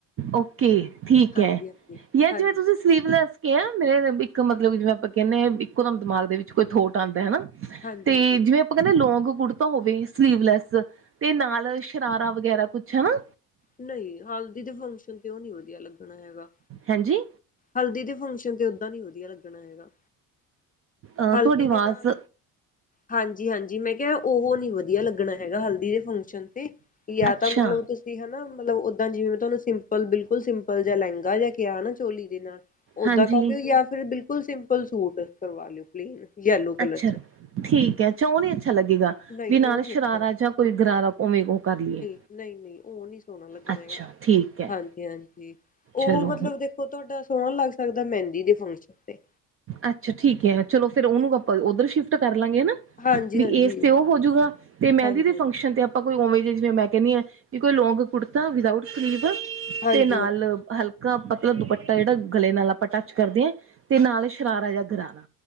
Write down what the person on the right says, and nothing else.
ਓਕੇ, ਠੀਕ
ਹੈ। ਜਾਂ
ਜਿਵੇ ਤੁਸੀ ਸੀਵਲੈਸ ਕਿਹਾ, ਮੇਰੇ ਇਕ ਮਤਲਬ ਜਿਵੇ ਆਪਾਂ ਕਹਿਦੇ ਹ ਇਕੋਦਮ ਦਿਮਾਗ ਦੇ ਵਿਚ ਕੋਈ ਥੋਟ ਆਉਦਾ। ਹਨਾ।
ਤੇ ਜਿਵੇ- ਆਪਾਂ ਕਹਿਦੇ ਲੋਂਂਗ ਕੁੜਤਾ ਹੋਵੇ ਸਲੀਵਲੈਸ, ਤੇ ਨਾਲ ਸ਼ਰਾਰਾ ਵਗੈਰਾ ਕੁਛ ਹਨਾ।
ਹਾਂਜੀ।
ਅਹ
ਤੁਹਾਡੀ ਆਵਾਜ਼
ਅੱਛਾ
ਹਾਂਜੀ
ਅਛਾ।
ਠੀਕ ਹੈ, ਅਛਾ ਉਹ ਨੀ ਅਛਾ ਲਗੇਗਾ।
ਵੀ ਨਾਲ
ਸ਼ਰਾਰਾ
ਜਾਂ ਕੋਈ ਗਰਾਰਾ ਉਵੇਂ ਕੁ ਉਹ ਕਰ ਲਈਏ।
ਅੱਛਾ
ਠੀਕ ਹੈ
ਚਲੋ
ਅੱਛਾ। ਠੀਕ ਹੈ। ਚਲੋ ਫੇਰ ਉਹਨੂੰ ਆਪ ਉਧਰ ਸ਼ਿਫ ਕਰ ਲਾਂਗੇ ਹੈ ਨਾ,
ਵੀ
ਇਸ ਤੇ ਉਹ ਹੋਜੂਗਾ, ਤੇ ਮਹਿੰਦੀ
ਦੇ ਫੰਕਸ਼ਨ
ਤੇ ਆਪ ਆਪਾਂ ਕੋਈ ਉਵੇਂ ਜ ਜਿਵੇਂ ਮੈਂ ਕਹਿੰਦੀ ਹਾਂ। ਕਿ ਕੋਈ ਲੌਂਗ ਕੁੜਤਾ, ਵਿਦਊਟ ਸਲੀਵ
ਤੇ ਨਾਲ ਹਲਕਾ ਪਤਲਾ ਦੁਪੱਟਾ ਜਿਹੜਾ ਗਲੇ ਨਾਲ ਆਪਾਂ ਟੱਚ ਕਰਦੇ ਹਾਂ, ਤੇ ਨਾਲ ਹੀ ਸ਼ਰਾਰਾ ਜਾਂ ਗਰਾਰਾ।